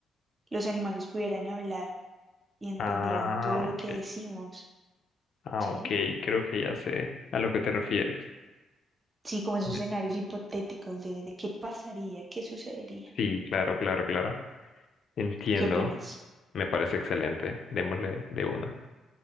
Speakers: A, on the right; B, on the left.
A: los animales pudieran hablar y entendieran
B: Ah,
A: todo lo
B: ok.
A: que decimos,
B: Ah,
A: ¿sí?
B: ok, creo que ya sé a lo que te refieres.
A: Sí, como esos
B: Me-
A: escenarios hipotéticos de, de qué pasaría, qué sucedería.
B: Sí, claro, claro, claro. Entiendo.
A: ¿Qué opinas?
B: Me parece excelente. Démosle de una.